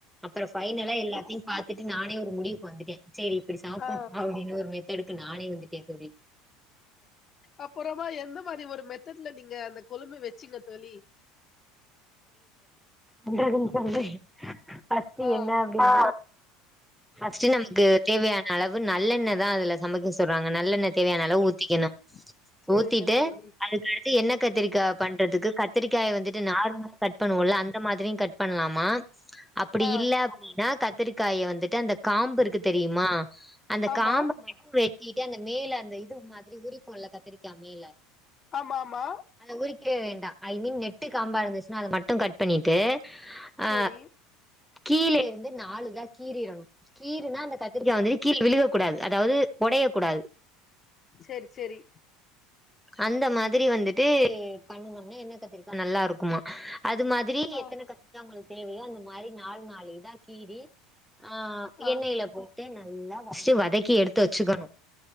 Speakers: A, in the centre; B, on the left (about 35°).
A: அப்பற ஃபைனலா எல்லாத்தையு பாத் த்துட்டு நானே ஒரு முடிவுக்கு வந்துட்டே செரி இப்டி சாப்ணு
B: ஆ
A: அப்டின்னு ஒரு மெத்தடுக்கு நானே வந்துட்டே தோழி
B: அப்புறமா எந்த மாரி ஒரு மெத்ட்ல நீங்க அந்த கொழம்பு வச்சீங்க தோழி
A: ஒன்ற நிமிஷந்தா ஃபஸ்ட்டு
B: ஆ
A: என்ன ஹா ஃபர்ஸ்ட்டு நமக்கு தேவையான அளவு நல்லெண்ண தா அதுல சமைக்க சொல்றாங்க நல்லெண்ண தேவையான அளவு ஊத்திக்கணு
B: <inaudible>
A: ஊத்திட்டு
B: தோழி
A: அதுக்கடுத்து எண்ணெ கத்திரிக்கா பண்றதுக்கு கத்திரிக்காய வந்துட் ட்டு நார்மல் கட் பண்ணுவோ அந்த மாதிரியு கட் பண்ணலாமா அப்டி
B: ஆ
A: இல்ல அப்டின்னா கத்திரிக்காய வந்துட்டு அந்த காம்பு இருக்கு தெரியுமா அந்த
B: ஆமா
A: காம்ப கட் பண் ணிட்டு அந்த மேல அந்த இது மாதிரி உறிப்போல்ல கத்திரிக்கா மேல
B: ஆமா ஆமா
A: அத உறிக்க வேண்டா ஐ மீன் நெட்டு காம்பா இருந்துச்சுன்னா அத மட்டு கட் பண்ணிட்டு ஆ
B: செரி
A: கீழ இருந்து நாலுதா கீறிறணு கீருன்னா அந்த கத்திரிக்கா வந்து கீழ விழுகக்கூடாது அதாவது ஒடைய கூடாது
B: செரி செரி
A: அந்த மாதிரி வந்துட்டு நீங்க பண்ணுனா எண்ணெ கத்திரிக்கா நல்லா இருக்குமா அது மா த்ரீ
B: ஆ
A: எத்தன கத்துக்கா உங்களுக்கு தேவையோ அந்த மாதிரி நாலு நாலு இதா கீறி ஆ
B: ஆ
A: எண்ணெயில போட்டு நல்லா ஃபர்ஸ்ட்டு வதக்கி எடுத்து வச்சுக்கணு